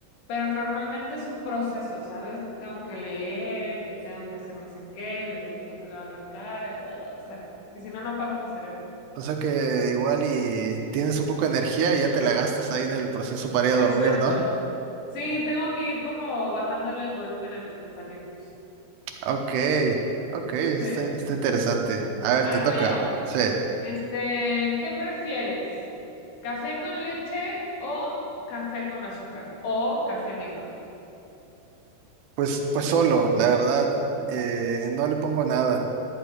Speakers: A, on the left; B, on the right.
A: Pero normalmente es un proceso, ¿sabes? De que tengo que leer y que tengo que hacer no sé qué, y luego me tengo que lavar la cara, ah, o sea, que si no, no apago mi cerebro.
B: o sea que igual y tienes un poco de energía y ya te la gastas ahí en el proceso para ir
A: Exacto.
B: a dormir, ¿no?
A: Sí, tengo que ir como bajándole el volumen a mis pensamientos.
B: Ok, ok, está,
A: Sí.
B: está interesante. A ver,
A: Ahora
B: te toca.
A: voy yo.
B: Sí,
A: Este, ¿qué prefieres? ¿Café con leche o café con azúcar? O café negro.
B: pues, pues solo, la verdad, eh, no le pongo nada.